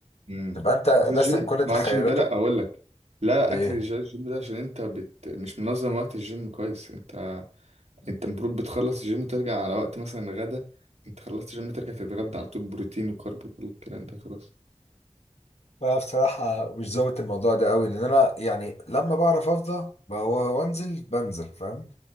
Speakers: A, on the right; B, on the left.
A: امم
B: تبقى انت راسم
A: بس الجيم
B: كل تخيلاتك
A: ما عشان ده لا اقول لك لا لا
B: ايه
A: اكل الج- الجيم ده عشان انت بت... مش منظم وقت الجيم كويس انت انت المفروض بتخلص الجيم وترجع على وقت مثلا غدا انت خلصت الجيم ترجع تتغدى على طول بروتين وكارب وكل الكلام ده خلاص
B: بقى بصراحة مش ظابط الموضوع ده قوي لأن أنا يعني لما بعرف أفضى هو وأنزل بنزل فاهم